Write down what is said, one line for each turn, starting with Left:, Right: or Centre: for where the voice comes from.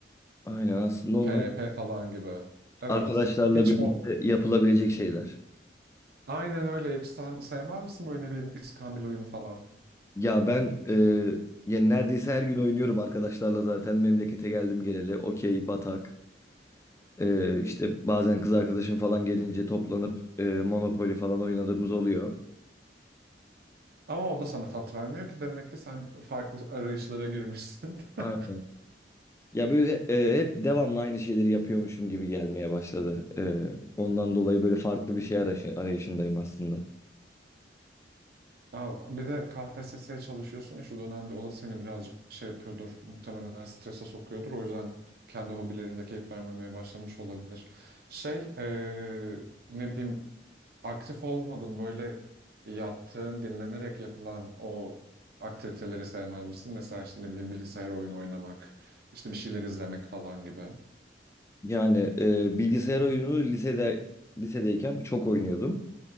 Left: Aynen aslında onlar
Right: FRP falan gibi. Evet.
Left: arkadaşlarla
Right: Hiç
Left: birlikte
Right: o
Left: yapılabilecek şeyler.
Right: aynen öyle. Hiç sen sevmez misin böyle ne bileyim iskambil oyunu falan?
Left: Ya ben e, yani neredeyse her gün oynuyorum arkadaşlarla zaten memlekete geldim geleli. Okey, batak. E, işte bazen kız arkadaşım falan gelince toplanıp e, Monopoly falan oynadığımız oluyor.
Right: Ama o da sana tat vermiyor ki demek ki sen farklı arayışlara girmişsin. <laughs>
Left: Aynen. Ya böyle e, hep devamlı aynı şeyleri yapıyormuşum gibi gelmeye başladı. E, ondan dolayı böyle farklı bir şey araşı- arayışındayım aslında.
Right: Ya bir de KPSS'ye çalışıyorsun ya şu dönemde o da seni birazcık şey yapıyordur. Muhtemelen strese sokuyordur. O yüzden kendi hobilerinde keyif vermemeye başlamış olabilir. Şey eee, ne bileyim aktif olmadın böyle yaptığın dinlenerek yapılan o aktiviteleri sevmez misin? Mesela işte ne bileyim bilgisayar oyunu oynamak, işte bir şeyler izlemek falan gibi.
Left: Yani e, bilgisayar oyununu lisede lisedeyken çok oynuyordum.